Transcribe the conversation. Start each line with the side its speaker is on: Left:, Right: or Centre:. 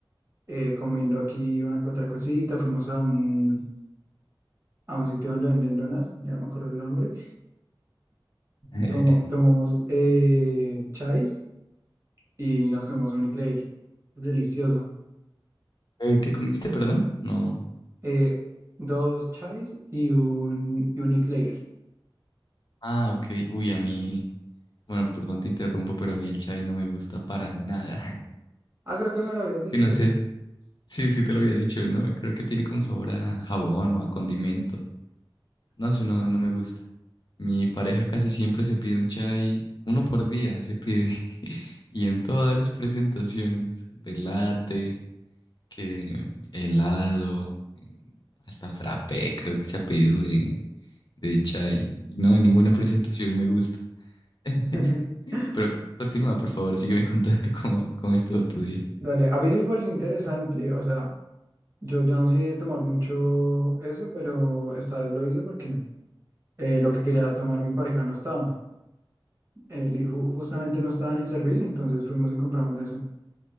Right: eh, comiendo aquí una que otra cosita, fuimos a un, a un sitio donde venden donas, ya no me acuerdo el nombre.
Left: <laughs>
Right: Tomo- tomamos eh, chais y nos comimos un eclair. Es delicioso.
Left: Eh, ¿qué comiste, perdón? No.
Right: Eh, dos chais y un, y un eclair.
Left: Ah, ok. Uy, a mí, bueno, perdón te interrumpo, pero a mí el chai no me gusta para nada.
Right: Ah, creo que me lo
Left: <laughs>
Right: habías dicho.
Left: Que no sé. Sí, sí te lo había dicho, ¿no? Creo que tiene como sabor a jabón o a condimento. No sé, no, no me gusta. Mi pareja casi siempre se pide un chai, uno por día se pide. <laughs> Y en todas las presentaciones, de latte, que helado, hasta frappé, creo que se ha pedido de, de chai. Y No, en ninguna presentación me gusta. <laughs>
Right: <laughs>
Left: Pero continúa, por favor, sígueme contando cómo, cómo estuvo tu día.
Right: Dale, a mí sí me pareció interesante. O sea, yo, yo no soy de tomar mucho eso, pero esta vez lo hice porque eh, lo que quería tomar mi pareja no estaba. Él y ju- justamente no estaban en servicio, entonces fuimos y compramos eso.